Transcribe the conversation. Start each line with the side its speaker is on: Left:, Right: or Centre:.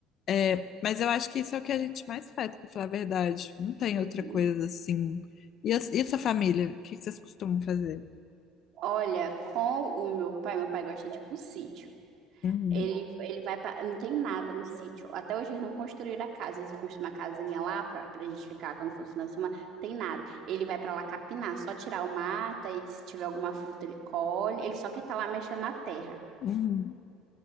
Left: É, mas eu acho que isso é o que a gente mais faz, pra falar a verdade. Não tem
Right: Uhum.
Left: outra coisa assim. E a, e a sua família? O que que vocês costumam fazer?
Right: Olha, com o meu pai, meu pai gosta de ir pro sítio.
Left: Uhum.
Right: Ele, ele vai pra. Não tem nada no sítio. Até hoje eles não construíram a casa. Eles construíram uma casinha lá pra, pra gente ficar quando for final de semana. Tem nada. Ele vai pra lá capinar, só tirar o mata e se tiver alguma fruta ele colhe. Ele só quer estar lá mexendo na terra.
Left: Uhum. <laughs>